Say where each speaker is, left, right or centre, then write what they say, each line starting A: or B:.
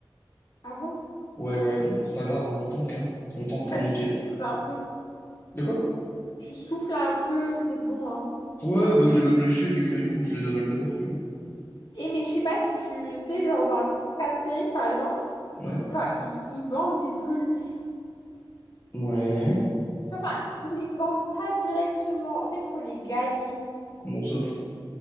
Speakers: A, on the left; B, on the left.
A: Ah bon?
B: Ouais, ouais, bon, c'est pas grave, hein, on tank, hein. On tank pour
A: Après,
B: Mickey.
A: tu souffles un peu.
B: De quoi?
A: Tu souffles un peu, c'est bon, hein.
B: Ouais, bah, je vais même lécher les cailloux, je les avale d'abord, tu vois.
A: Et mais je sais pas si tu sais, genre dans le parc Astérix, par exemple,
B: Ouais.
A: genre, ils, ils vendent des peluches.
B: Ouais.
A: Enfin, ils les vendent pas directement. En fait, il faut les gagner.
B: Comment ça?